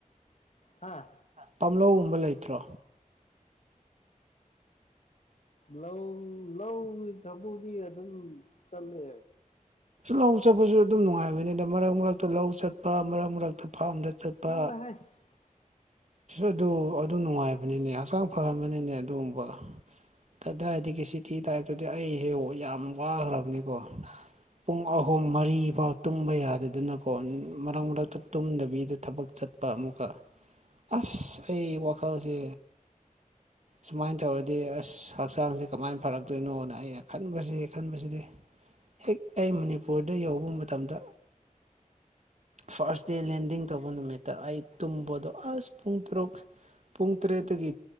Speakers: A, on the left; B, on the right.
A: ꯍꯥꯥ
B: ꯇꯝꯂꯧꯒꯨꯝꯕ ꯂꯩꯇ꯭ꯔꯣ
A: ꯂꯧ ꯂꯧꯒꯤ ꯊꯕꯛꯗꯤ ꯑꯗꯨꯝ ꯆꯠꯂꯦ
B: ꯂꯧ ꯆꯠꯄꯁꯨ ꯑꯗꯨꯝ ꯅꯨꯡꯉꯥꯏꯕꯅꯤꯅ ꯃꯔꯛ ꯃꯔꯛꯇ ꯂꯧ ꯆꯠꯄ ꯃꯔꯛ ꯃꯔꯛꯇ ꯐꯥꯝꯗ ꯆꯠꯄ
A: ꯆꯠꯂꯦ ꯍꯩꯁ
B: ꯑꯗꯨ ꯑꯗꯨ ꯅꯨꯡꯉꯥꯏꯕꯅꯤꯅꯦ ꯍꯛꯆꯥꯡ ꯐ ꯑꯃꯅꯤꯅꯤꯅꯦ ꯑꯗꯨꯒꯨꯝꯕ ꯀꯗꯥꯏꯗꯒꯤꯒ ꯁꯤꯇꯤ ꯇꯥꯏꯞꯇꯨꯗꯤ ꯑꯩꯍꯦ ꯌꯥꯝ ꯋꯥꯈ꯭ꯔꯕꯅꯤꯀꯣ ꯄꯨꯡ ꯑꯍꯨꯝ ꯃꯔꯤꯐꯥꯎ ꯇꯨꯝꯕ ꯌꯥꯗꯗꯅꯀꯣ ꯃꯔꯛ ꯃꯔꯛꯇ ꯇꯨꯝꯗꯕꯤꯗ ꯊꯕꯛ ꯆꯠꯄ ꯑꯃꯨꯛꯀ ꯑꯁ ꯑꯩ ꯋꯥꯈꯜꯁꯦ ꯁꯨꯃꯥꯏꯅ ꯇꯧꯔꯗꯤ ꯑꯁ ꯍꯛꯆꯥꯡꯁꯦ ꯀꯃꯥꯏꯅ ꯐꯔꯛꯇꯣꯏꯅꯣꯅ ꯑꯩꯅ ꯈꯟꯕꯁꯤ ꯈꯟꯕꯁꯤꯗꯤ ꯍꯦꯛ ꯑꯩ ꯃꯅꯤꯄꯨꯔꯗ ꯌꯧꯕ ꯃꯇꯝꯗ ꯐꯥꯔꯁ ꯗꯦ ꯂꯦꯟꯗꯤꯡ ꯇꯧꯕ ꯅꯨꯃꯤꯠꯇ ꯑꯩ ꯇꯨꯝꯕꯗꯣ ꯑꯁ ꯄꯨꯡ ꯇꯔꯨꯛ ꯄꯨꯡ ꯇꯔꯦꯠꯇꯒꯤ